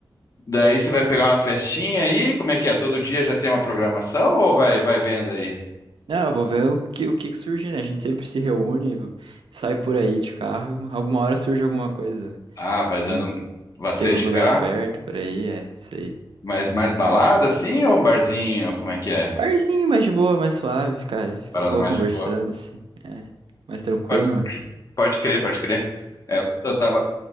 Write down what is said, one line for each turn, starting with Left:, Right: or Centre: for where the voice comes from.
Left: Daí você vai pegar uma festinha aí, como é que é? Todo dia já tem uma programação ou vai vai vendo aí?
Right: Não, eu vou ver o que, o que que surge, né? A gente sempre se reúne, sai por aí de carro, alguma hora surge alguma coisa, né?
Left: Ah, vai dando
Right: Tem,
Left: vai ser
Right: tem uns
Left: de
Right: lugares
Left: cá,
Right: abertos por aí, é isso aí.
Left: mas mais balada assim ou um barzinho, como é que é?
Right: Barzinho mais de boa, mais suave, ficar, ficar
Left: Parada
Right: de boa
Left: mais
Right: conversando,
Left: de boa.
Right: assim. É, mais tranquilo,
Left: Pode,
Right: né?
Left: pode crer, pode crer. É, eu tava,